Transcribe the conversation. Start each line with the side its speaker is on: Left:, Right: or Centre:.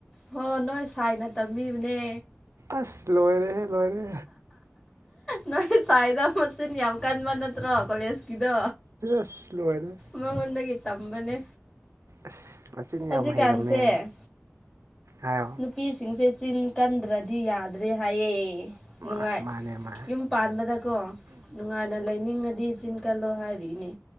Left: ꯍꯣ ꯅꯣꯏ ꯁꯥꯏꯅ ꯇꯝꯕꯤꯕꯅꯦ
Right: ꯑꯁ ꯂꯣꯏꯔꯦꯍꯦ ꯂꯣꯏꯔꯦ
Left: ꯅꯣꯏ ꯁꯥꯏꯗ ꯃꯤꯟ ꯌꯥꯝ ꯀꯥꯟꯕ ꯅꯠꯇ꯭ꯔꯣ ꯀꯣꯂꯦꯖꯀꯤꯗꯣ
Right: ꯑꯁ ꯂꯣꯏꯔꯦ
Left: ꯃꯃꯃꯗꯗꯒꯤ ꯇꯝꯕꯅꯦ
Right: ꯑꯁ ꯃꯆꯤꯟ
Left: ꯍꯧꯖꯤꯛꯀꯥꯟꯁꯦ
Right: ꯌꯥꯝ ꯍꯩꯔꯝꯃꯦ ꯍꯥꯏꯌꯣ
Left: ꯅꯨꯄꯤꯁꯤꯡꯁꯦ ꯆꯤꯟ ꯀꯟꯗ꯭ꯔꯗꯤ ꯌꯥꯗ꯭ꯔꯦ ꯍꯥꯏꯌꯦ ꯅꯨꯡꯉꯥꯏ
Right: ꯑꯁ ꯃꯥꯅꯦ ꯃꯥꯅꯦ
Left: ꯌꯨꯝ ꯄꯥꯟꯕꯗꯀꯣ ꯅꯨꯡꯉꯥꯏꯅ ꯂꯩꯅꯤꯡꯉꯗꯤ ꯆꯤꯟꯀꯥꯜꯂꯣ ꯍꯥꯏꯔꯤꯅꯦ